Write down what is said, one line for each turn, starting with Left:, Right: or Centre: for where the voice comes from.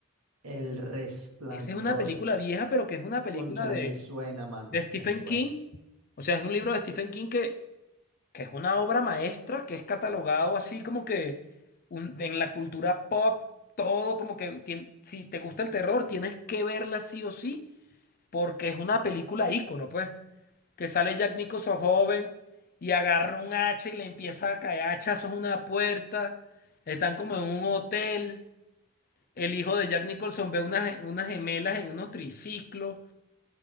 Right: El resplandor.
Left: Esa es una película vieja, pero que es una película
Right: Cónchale,
Left: de,
Right: me suena, mano.
Left: de Stephen
Right: Me suena.
Left: King. O sea, es un libro de Stephen King que, que es una obra maestra, que es catalogado así como que un- en la cultura pop, todo como que tien- si te gusta el terror, tienes que verla sí o sí, porque es una película ícono, pues. que sale Jack Nicholson joven y agarra un hacha y le empieza a caer hachazos a una puerta. Están como en un hotel. El hijo de Jack Nicholson ve unas, unas gemelas en unos triciclos.